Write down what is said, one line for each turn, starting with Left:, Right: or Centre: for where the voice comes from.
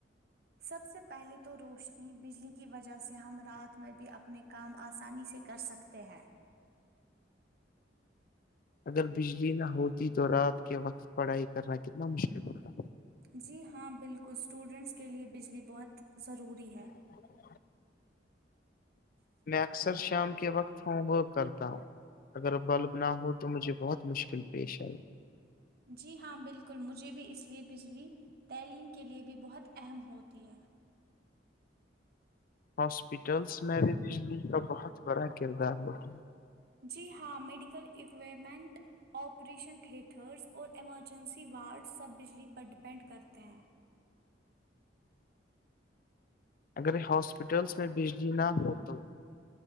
Right: سب سے پہلے تو روشنی بجلی کی وجہ سے ہم رات میں بھی اپنے کام آسانی سے کر سکتے ہیں
Left: اگر بجلی نہ ہوتی تو رات کے وقت پڑھائی کرنا کتنا مشکل ہوتا
Right: جی ہاں بالکل اسٹوڈنٹس کے لیے بجلی بہت ضروری ہے
Left: <inaudible> میں اکثر شام کے وقت ہوم ورک کرتا ہوں اگر بلب نہ ہو تو مجھے بہت مشکل پیش آئی
Right: جی ہاں بالکل مجھے بھی اس لیے بجلی تعلیم کے لیے بھی بہت اہم ہوتی ہے
Left: ہاسپٹلس میں بھی دلی کا بہت بڑا کردار ہوتا
Right: جی ہاں میڈیکل اکویپمنٹ آپریشن تھیٹرز اور ایمرجنسی وارڈز سب بجلی پر ڈپینڈ کرتے ہیں
Left: اگر ہاسپٹلس میں بجلی نہ ہو تو